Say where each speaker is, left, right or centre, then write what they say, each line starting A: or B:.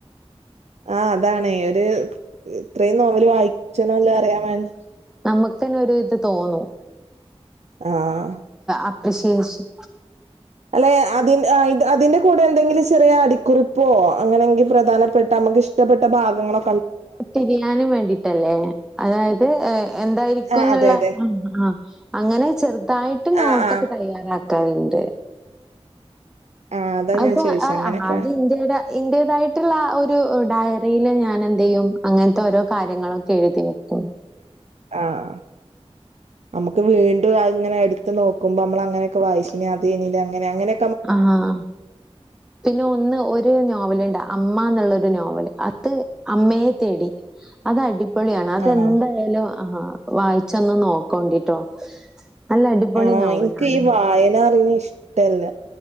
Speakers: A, on the right (about 85°); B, in the centre.
A: ആഹ് അതാണേയ് ഒരു ഇത്രയും നോവല് വായ്ച്ച്ണോ ഇല്ലോ അറിയാൻ വേണ്ടി -
B: നമുക്കെന്നെ ഒരു ഇത് തോന്നും.
A: ആഹ്
B: അപ്രിഷിയേഷന്
A: അല്ലെയ് അതിൻ അയ് ആഹ് ഇത് അതിന്റെ കൂടെ എന്തെങ്കിലും ചെറിയ അടിക്കുറുപ്പോ അങ്ങനെങ്കി പ്രധാനപ്പെട്ട നമുക്കിഷ് ഇഷ്ടപ്പെട്ട ഭാഗങ്ങളോ
B: തിരിയാനും വേണ്ടിട്ടല്ലേ അതായത് ഏഹ് എന്തായിരിക്കും
A: ആഹ്
B: ന്ന്ള്ള
A: അതെ അതെ
B: ആഹ് ആഹ് അങ്ങനെ ചെറുതായിട്ട് നോട്ടൊക്കെ
A: ആഹ് ആഹ്
B: തയ്യാറാക്കും ക്കണ്ട്
A: ആഹ് അതാ
B: അപ്പൊ
A: ഞാൻ ചോദിച്ചെ
B: ആഹ്
A: അങ്ങനെയൊക്കെ
B: അതിന്റേടെ ഇന്റേതായിട്ടുള്ള ഒരു ഡയറില് ഞാനെന്തിയും അങ്ങന് ത്തെ ഓരോ കാര്യങ്ങളൊക്കെ എഴുതി വെക്കും.
A: ആഹ് നമ്മക്ക് വീണ്ടും അഹ് അങ്ങനെ എടുത്ത് നോക്കുമ്പോ മ്മള് അങ്ങനൊക്കെ വായിച്ചിനിലേ അതേനിലേ അങ്ങനെ അങ്ങനെ
B: ആഹ് പിന്നെ ഒന്ന് ഒരു നോവലുണ്ട് അമ്മ ന്ന്ള്ളൊരു നോവല്. അത് അമ്മയെ തേടി അതടിപൊളിയാണ് അതെന്തായാലും
A: ആണോ
B: ആഹ് വായിച്ചൊന്ന് നോക്കോണ്ടിട്ടോ? നല്ല അടിപൊളി
A: ആഹ്
B: നോവലാണ്.
A: ഇൻക്ക് ഈ വായന അറിണ് ഇഷ്ടല്ല